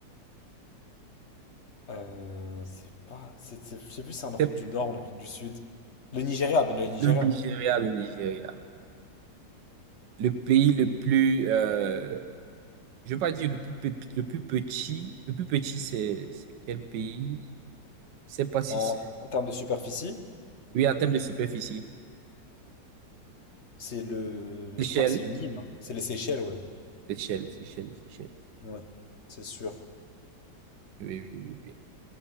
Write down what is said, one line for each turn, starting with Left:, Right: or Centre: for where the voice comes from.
Left: euh, c'est pas, c'est, c'est- je sais plus si c'est en Afrique
Right: C'est
Left: du Nord ou en Afrique du Sud. Le Nigeria, ben le Nigeria.
Right: le Nigeria, le Nigeria. Le pays le plus, euh, je veux pas dire le plus, pe- le plus petit. Le plus petit, c'est, c'est quel pays? Je sais pas si
Left: En,
Right: c'est,
Left: en termes de superficie,
Right: oui, en termes de superficie.
Left: c'est le,
Right: Seychelles,
Left: je crois que c'est une île, hein. c'est les Seychelles, ouais.
Right: Seychelles, Seychelles, Seychelles.
Left: Ouais, c'est sûr.
Right: Oui, oui, oui, oui.